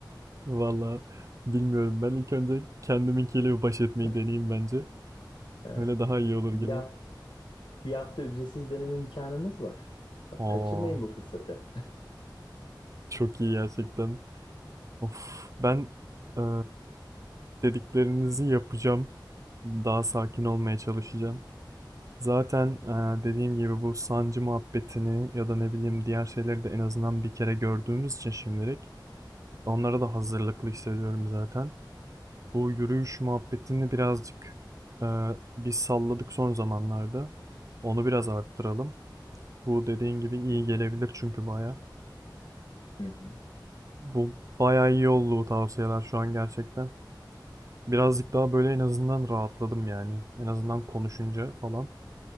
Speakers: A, on the right; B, on the left.
A: Valla bilmiyorum. Ben ilk önce kendiminkiyle bir baş etmeyi
B: Hı?
A: deneyeyim bence.
B: Ha.
A: Öyle daha iyi olur
B: Bir
A: gibi.
B: hafta, bir hafta ücretsiz deneme imkanımız var. Bak
A: Aa,
B: kaçırmayın bu fırsatı.
A: çok iyi gerçekten. Of, ben eee, dediklerinizi yapacağım. Daha sakin olmaya çalışacağım. Zaten eee, dediğim gibi bu sancı muhabbetini ya da ne bileyim diğer şeyleri de en azından bir kere gördüğümüz için şimdilik onlara da hazırlıklı hissediyorum zaten. Bu yürüyüş muhabbetini birazcık e, bir salladık son zamanlarda. Onu biraz arttıralım. Bu dediğin gibi iyi gelebilir çünkü baya.
B: Hı hı.
A: Bu baya iyi oldu bu tavsiyeler şu an gerçekten. Birazcık daha böyle en azından rahatladım yani. En azından konuşunca falan.